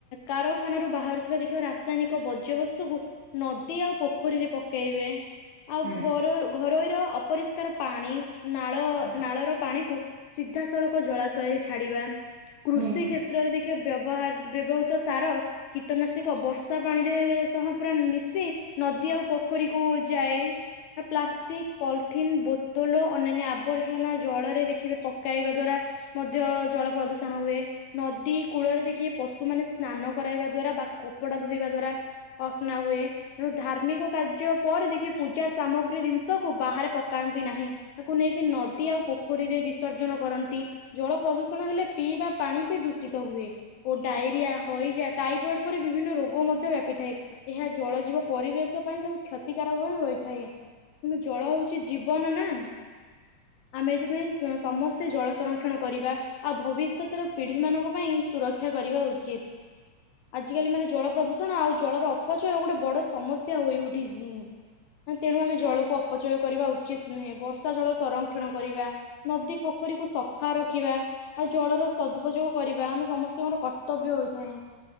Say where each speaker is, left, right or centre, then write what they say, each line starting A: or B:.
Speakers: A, on the left (about 75°); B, on the right (about 70°).
A: କାରଖାନାରୁ ବାହାରୁଥିବା ଦେଖିବ ରାସାୟନିକ ବର୍ଜ୍ୟବସ୍ ସୁବୁ ନଦୀ ଆଉ ପୋଖରୀରେ ପକେଇବେ ଆଉ
B: ହୁଁ
A: ଘର ଘରୋଇ ର ଅପରିଷ୍କାର ପାଣି ନାଳ
B: ହୁଁ।
A: ନାଳ ର ପାଣିକୁ ସିଧାସଳଖ ଜଳାଶୟ ଛାଡିବା କୃଷି
B: ହଁ।
A: କ୍ଷେ ତ୍ରରେ ଦେଖିବ ବ୍ୟବହାର ବ୍ୟବହୃତ ସାର କୀଟନାସିକ ବର୍ଷା ପାଣିରେ ତୋହୁ ପୁରା ମିଶି ନଦୀ ଆଉ ପୋଖରୀକୁ ଯାଏ ଆ ପ୍ଲାଷ୍ଟିକ ପଲ୍ ଠିନ୍ ବୋତଲ ଅନ୍ୟାନ୍ୟ ଆବର୍ଜନା ଜଳରେ ଦେଖିବେ ପକାଇବା ଦ୍ଵାରା ମଧ୍ୟ ଜଳ ପ୍ରଦୂଷଣ ହୁଏ। ନଦୀ କୂଳରେ ଦେଖିବେ ପଶୁମାନେ ସ୍ନାନ କରାଇବା ଦ୍ଵାରା ବା କପଡା ଧୋଇବା ଦ୍ଵାରା ଅସ୍ନା ହୁଏ ରୁ ଧାର୍ମିକ କାର୍ଯ୍ୟ ପରେ ଦେଖି ପୂଜା ସାମଗ୍ରୀ ଜିନିଷକୁ ବାହାରେ ପକାନ୍ତି ନାହିଁ ତାକୁ ନେଇକି ନଦୀ ଆଉ ପୋଖ ଖୋରୀରେ ବିସର୍ଜନ କରନ୍ତି ଜଳ ପ୍ରଦୂଷଣ ହେଲେ ପିଇ ବା ପାଣି ବି ଦୂଷିତ ହୁଏ। ଓ ଡାଇରିଆ, ହଇଜା, ଟାଇଫଏଡ, ପରି ବିଭିନ୍ନ ରୋଗ ମଧ୍ୟ ବ୍ୟାପିଥାଏ। ଏହା ଜଳ ଜୀବ ପରିବେଶ ପାଇଁ ସବୁ କ୍ଷତିକାରକଁ ହୋଇଥାଏ। କିନ୍ତୁ ଜଳ ହଉ ଚି ଜୀବନ ନା ଆମେ ଏଇଥିପାଇଁ ସ ସମସ୍ତେ ଜଳ ସଂରକ୍ଷଣ କରିବା ଆଉ ଭବିଷ୍ୟତର ପୀ ଢୀ ମଙ୍କ ପାଇଁ ସୁରକ୍ଷା କରିବା ଉଚିତ ଆଜିକାଲି ମାନେ ଜଳ ପ୍ରଦୂଷଣ ଆଉ ଜଳର ଅ ପଚୟ ଗୋଟେ ବଡ ସମସ୍ୟା ହୋଇ ଉଠିଜି ତେଣୁ ଆ ଆମେ ଜଳକୁ ଅପ ପଚୟ କରିବା ଉଚିତ୍ ନୁହେଁ ବର୍ଷା ଜଳ ସଂରକ୍ଷଣ କରିବା। ନଦୀ ପୋଖରୀକୁ ସଫା ରଖିବା। ଆଉ ଜଳର ସଦଉଯୋଗ କରିବା ଆମେ ସମସ୍ତଙ୍କର କର୍ତ୍ତବ୍ୟ ହୋଇଥାଏ।